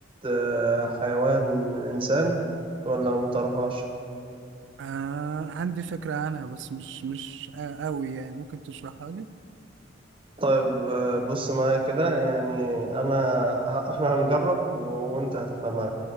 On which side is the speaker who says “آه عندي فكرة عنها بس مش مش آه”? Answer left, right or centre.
Right